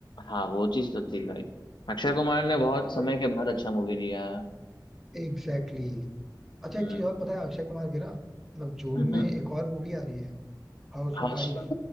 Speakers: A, on the left (about 80°); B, in the centre.
A: हाँ वो चीज तो थी भाई अक्षय कुमार ने बहुत
B: मतलब
A: समय के बाद अच्छा मूवी दिया है
B: एग्जैक्टली exactly. अच्छा
A: हम्म
B: एक चीज और पता है अक्षय कुमार की ना मतलब जून
A: हम्म।
B: में एक और मूवी आ रही है हाउसफुल
A: हाँ उसका-
B: फाइव